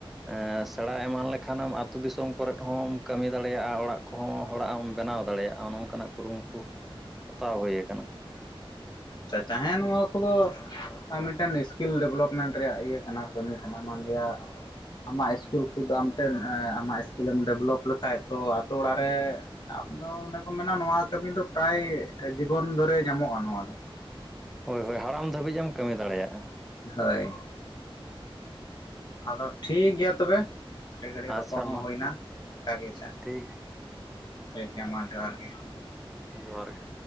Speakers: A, in the centre; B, on the left (about 45°).
A: ᱮᱸ ᱥᱮᱬᱟ ᱮᱢᱟᱱ ᱞᱮᱠᱷᱟᱱᱮᱢ ᱟᱛᱳ ᱫᱤᱥᱚᱢ ᱠᱚᱨᱮᱫ ᱦᱚᱢ ᱠᱟᱹᱢᱤ ᱫᱟᱲᱮᱭᱟᱜᱼᱟ ᱚᱲᱟᱜ ᱠᱚᱦᱚᱸ ᱦᱚᱲᱟᱜ ᱮᱢ ᱵᱮᱱᱟᱣ ᱫᱟᱲᱮᱭᱟᱜᱼᱟ ᱱᱚᱜ ᱚᱝᱠᱟᱱᱟᱜ ᱠᱩᱨᱩᱢᱩᱴᱩ ᱦᱟᱛᱟᱣ ᱦᱩᱭᱩ ᱠᱟᱱᱟ᱾
B: ᱪᱟ-ᱪᱟ ᱦᱮᱸ ᱱᱚᱣᱟ ᱠᱚᱫᱚ ᱟ ᱢᱤᱫᱴᱮᱱ ᱤᱥᱠᱤᱞ ᱰᱮᱵᱷᱞᱚᱯᱢᱮᱱᱴ ᱨᱮᱭᱟᱜ ᱤᱭᱟᱹ ᱠᱟᱱᱟ᱾ ᱠᱟᱹᱢᱤ ᱠᱟᱱᱟ ᱢᱟᱱᱞᱤᱭᱟ ᱟᱢᱟᱜ ᱤᱥᱠᱩᱞ ᱠᱷᱩᱫ ᱟᱢ ᱛᱮᱢ ᱟᱢᱟᱜ ᱤᱥᱠᱤᱞ ᱮᱢ ᱰᱮᱵᱷᱞᱚᱯ ᱞᱮᱠᱷᱟᱡ ᱛᱚ ᱟᱛᱳ ᱚᱲᱟᱜ ᱨᱮ ᱴᱟᱢ ᱫᱚ ᱚᱱᱮ ᱠᱚ ᱢᱮᱱᱟ ᱱᱚᱣᱟ ᱠᱟᱹᱢᱤ ᱫᱚ ᱯᱨᱟᱭ ᱡᱤᱵᱚᱱ ᱫᱷᱚᱨᱮ ᱧᱟᱢᱚᱜᱼᱟ ᱱᱚᱣᱟ ᱫᱚ᱾
A: ᱦᱳᱭ ᱦᱳᱭ ᱦᱟᱲᱟᱢ ᱫᱷᱟᱹᱵᱤᱡ ᱮᱢ ᱠᱟᱹᱢᱤ ᱫᱟᱲᱮᱭᱟᱜᱼᱟ᱾
B: ᱦᱳᱭ ᱟᱫᱚ ᱴᱷᱤᱠ ᱜᱮᱭᱟ ᱛᱚᱵᱮ᱾ ᱟᱹᱰᱤ ᱜᱷᱟᱹᱲᱤᱡ
A: ᱟᱪᱪᱷᱟ
B: ᱨᱚᱯᱚᱲ ᱦᱚᱸ
A: ᱢᱟ
B: ᱦᱩᱭᱱᱟ ᱚᱝᱠᱟ ᱜᱮ ᱡᱟ
A: ᱴᱷᱤᱠ
B: ᱴᱷᱤᱠ ᱜᱮᱭᱟ ᱢᱟ ᱡᱚᱸᱦᱟᱨ ᱜᱮ᱾
A: ᱡᱚᱸᱦᱟᱨ ᱜᱮ᱾